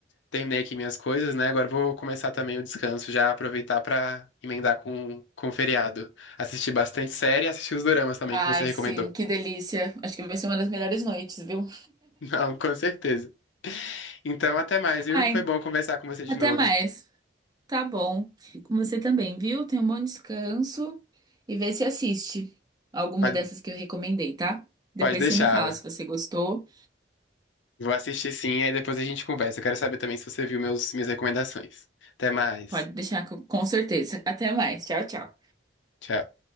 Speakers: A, on the left; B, on the right.
A: Terminei aqui minhas coisas, né? Agora eu vou começar também o descanso, já aproveitar pra emendar com, com o feriado. Assistir bastante série e assistir os doramas também
B: Ai,
A: que você recomendou.
B: sim, que
A: <laughs>
B: delícia. Acho que vai ser uma das melhores noites, viu?
A: Não, com certeza. Então, até mais, viu?
B: Ai,
A: Foi bom conversar com você de
B: até
A: novo.
B: mais. Tá bom. Com você também, viu? Tenha um bom descanso e vê se assiste alguma
A: Pode,
B: dessas que eu recomendei, tá? Depois
A: pode deixar.
B: você me fala se você gostou.
A: Vou assistir sim, aí depois a gente conversa. Eu quero saber também se você viu meus, minhas recomendações. Até mais.
B: Pode deixar que eu- com certeza. Até mais. Tchau, tchau.
A: Tchau.